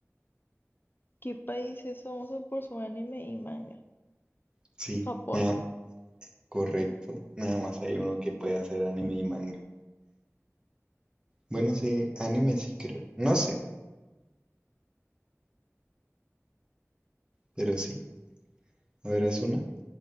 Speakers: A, on the left; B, on the right.
A: ¿Qué país es famoso por su anime y manga?
B: Sí,
A: Japón.
B: nada, correcto. Nada más hay uno que puede hacer anime y manga. Bueno, sí, anime sí creo. No sé, pero sí. A ver, haz una.